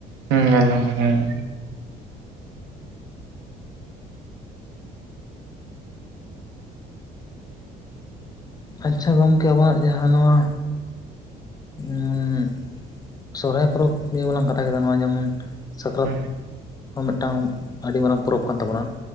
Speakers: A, on the right; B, on the left.
A: ᱦᱩᱸ ᱧᱮᱞ ᱢᱚᱝ ᱞᱮᱠᱟ ᱜᱮ᱾
B: ᱟᱪᱪᱷᱟ ᱜᱚᱝᱠᱮ ᱟᱵᱚᱱᱟᱜ ᱡᱟᱦᱟᱸ ᱱᱚᱣᱟ ᱩᱸᱻᱜ, ᱥᱚᱨᱚᱦᱟᱭ ᱯᱚᱨᱚᱵᱽ ᱱᱤᱭᱟᱹ ᱢᱟᱞᱟᱝ ᱠᱟᱛᱷᱟ ᱠᱮᱫᱟ ᱱᱚᱣᱟ ᱡᱮᱢᱚᱱ ᱥᱟᱠᱨᱟᱛ
A: ᱦᱩᱸ
B: ᱦᱚᱸ ᱢᱤᱫᱴᱟᱝ ᱟᱹᱰᱤ ᱢᱟᱨᱟᱝ ᱯᱚᱨᱚᱵᱽ ᱠᱟᱱ ᱛᱟᱵᱚᱱᱟ᱾